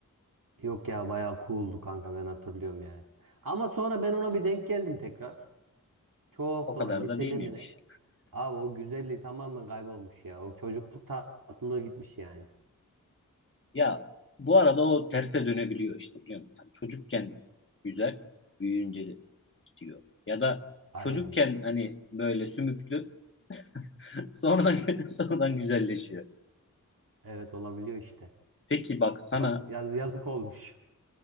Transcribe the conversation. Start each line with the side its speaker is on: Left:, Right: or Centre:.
Right: Yok ya bayağı cooldu kanka ben hatırlıyorum yani. Ama sonra ben ona bir denk geldim tekrar. Çok
Left: O
Right: sonra
Left: kadar
Right: lisede
Left: da değil miymiş?
Right: mi ne? Abi o güzelliği tamamen kaybolmuş ya. O çocukluk tatlılığı gitmiş yani.
Left: Ya bu arada o terse dönebiliyor işte biliyor musun? Hani çocukken güzel, büyüyünce de gidiyor. Ya da
Right: Aynen.
Left: çocukken hani böyle sümüklü, <laughs> sonradan <laughs> sonradan güzelleşiyor.
Right: Evet olabiliyor işte.
Left: Peki bak sana
Right: Yaz, yaz, yazık olmuş.